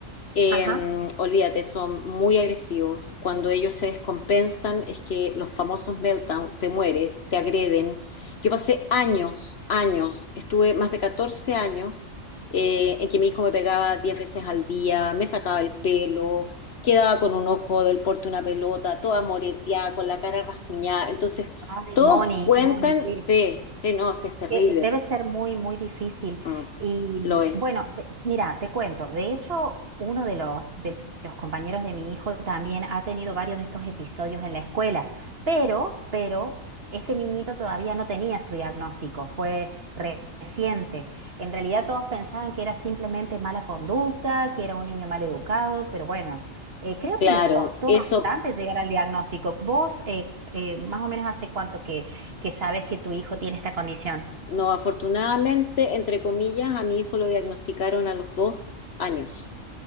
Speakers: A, on the left (about 55°); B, on the right (about 50°).
A: eh,
B: Ajá.
A: olvídate, son muy agresivos. Cuando ellos se descompensan, es que los famosos meltdown, te mueres, te agreden. Yo pasé años, años, estuve más de 14 años eh, en que mi hijo me pegaba 10 veces al día, me sacaba el pelo, quedaba con un ojo del porte de una pelota, toda moreteada, con la cara rascuñada. Entonces,
B: Ay,
A: todos
B: Moni,
A: cuentan,
B: Moni, qué,
A: sí, sí, no, sí, es terrible.
B: que debe ser muy, muy difícil.
A: Mm,
B: Y
A: lo es.
B: bueno, de- mira, te cuento, de hecho, uno de los, de los compañeros de mi hijo también ha tenido varios de estos episodios en la escuela, pero, pero, este niñito todavía no tenía su diagnóstico, fue re- reciente. En realidad todos pensaban que era simplemente mala conducta, que era un niño mal educado, pero bueno. Eh, creo
A: Claro,
B: que les costó
A: eso
B: bastante llegar al diagnóstico. ¿Vos eh, eh, más o menos hace cuánto que, que sabes que tu hijo tiene esta condición?
A: No, afortunadamente, entre comillas, a mi hijo lo diagnosticaron a los dos años.